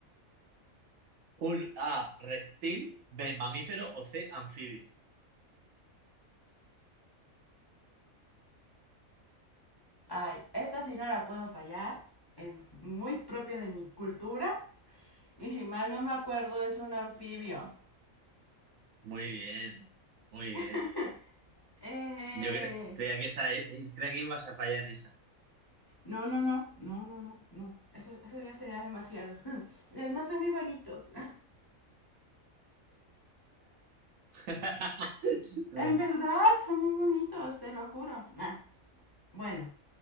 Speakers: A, on the right; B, on the left.
A: Un A, reptil, B, mamífero o C, anfibio.
B: Ay, esta sí no la puedo fallar. Es muy propio de mi cultura. Y si mal no me acuerdo, es un anfibio.
A: Muy bien, muy bien.
B: <laughs> Eh,
A: Yo cre- creía que esa, e-, eh, creía que ibas a fallar en esa.
B: No, no, no, no, no, no, no. Eso, eso ya sería demasiado. <laughs> Además, son muy bonitos. <laughs>
A: <laughs>
B: En verdad, son muy bonitos, te lo juro. Ah, bueno,